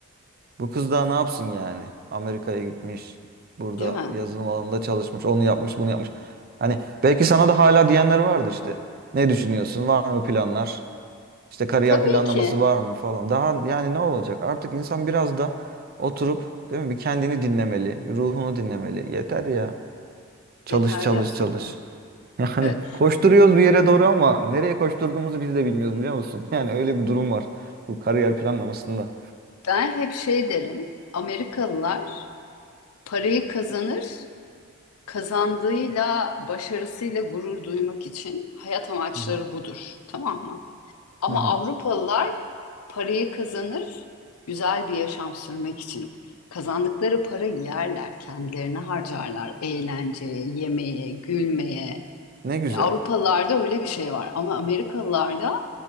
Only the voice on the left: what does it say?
değil mi?
Tabii
ki
yeter
gerçekten.
Evet.
Ben hep şey derim. Amerikalılar parayı kazanır, kazandığıyla, başarısıyla gurur duymak için hayat amaçları
budur, tamam mı? Ama
Avrupalılar parayı kazanır, güzel bir yaşam sürmek için. Kazandıkları para yerler, kendilerine harcarlar, eğlenceye, yemeğe, gülmeye.
E, Avrupalılarda öyle bir şey var ama Amerikalılarda